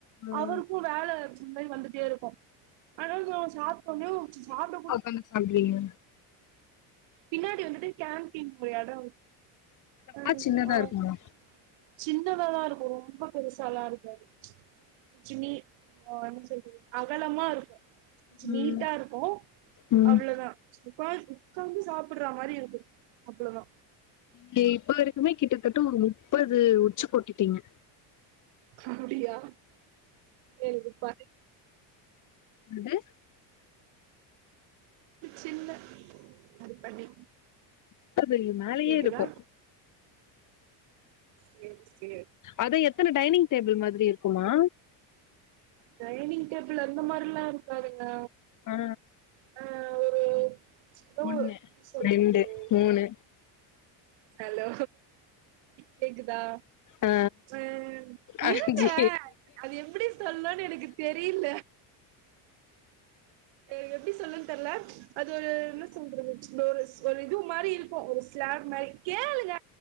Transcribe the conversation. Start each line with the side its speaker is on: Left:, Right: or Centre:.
Left: ஆ
Right: அவருக்கு வேல ல் வந்துட்டே இருக்கு ஆனா நா சாப்ட்டவுன்னேவு சாப்ட கூட
Left: என்ன சாப்டுவீங்க
Right: பின்னாடி வந்துட்டு கேன்டீன் ஒரு எடோ ஒன்னு
Left: ஆ சின்னதா
Right: <unintelligible>
Left: இருக்குமா
Right: சின்னதாதா இருக்கு ரொம்ப பெருசாலா இருக்காது ஜுமி நா என்னன் சொல்றது அகலமா இருக்கு ஞ்ச
Left: ம்
Right: நீட்டா இருக்கு
Left: ம்
Right: அவ்ளோதா போய் உக்காந்து சாப்புட்ற மாரி இருக்கு அவ்ளோதா
Left: நீ இப்ப வரைக்குமே கிட்டத்தட்ட ஒரு முப்பது உச்சு கொட்டிட்டீங்க
Right: அப்டியா எனக்கு ப
Left: அது
Right: சின்ன அது பண்ணி
Left: த்தா பெரிய மேலயே
Right: ஓகேவா
Left: இருக்கு
Right: சேரி சே
Left: அது எத்தன டைனிங் டேபிள் மாதிரி இருக்குமா
Right: டைனிங் டேபிள் அந்த மாரில்லா இருக்காதுங்க
Left: ஆ
Right: ஆ ஒரு ஏதோ
Left: ஒண்ணு
Right: என்ன சொல்றது
Left: ரெண்டு மூணு
Right: ஹலோ கேக்குதா
Left: ஆ
Right: ம்
Left: அஞ்சு
Right: இருங்க அது எப்டி சொல்ணுன் எனக்கு தெரில அது எப்டி சொல்லுன் தெர்ல அது ஒரு என்ன சொல்றது இந்த ஒரு ஒரு இது மாரி இருக்கு ஒரு ஸ்லாப் மாரி கேளுங்க